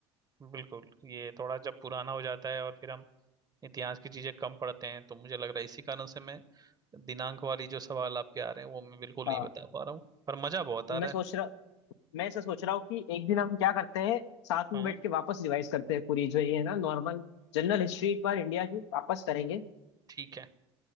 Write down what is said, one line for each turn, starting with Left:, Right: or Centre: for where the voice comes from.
Right: बिल्कुल ये थोड़ा जब पुराना हो जाता है और फिर हम इतिहास की चीजें कम पढ़ते हैं तो मुझे लग रहा है इसी कारण से मैं दिनांक वाली जो सवाल आपके आ रहे हैं वो मैं बिल्कुल नहीं
Left: हाँ
Right: बता पा रहा हूँ पर मजा बहुत
Left: तो
Right: आ रहा
Left: मैं सोच रहा मैं ऐसा सोच रहा हूँ कि एक दिन हम क्या करते हैं साथ
Right: है
Left: में बैठ
Right: हाँ
Left: के वापस रिवाइज करते हैं पूरी जो ये है ना नॉर्मल जनरल हिस्ट्री एक बार इंडिया की वापस करेंगे
Right: ठीक है